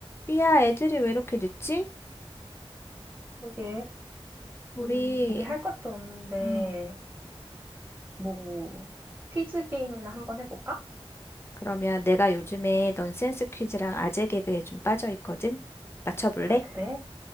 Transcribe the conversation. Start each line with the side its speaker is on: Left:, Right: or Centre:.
Left: 삐야, 애들이 왜 이렇게 늦지?
Right: 그게,
Left: 우리,
Right: 음, 우리 할 것도 없는데,
Left: 음,
Right: 뭐, 퀴즈 게임이나 한번 해볼까?
Left: 그러면 내가 요즘에 넌센스 퀴즈랑 아재 개그에 좀 빠져 있거든? 맞춰볼래?
Right: 아, 그래?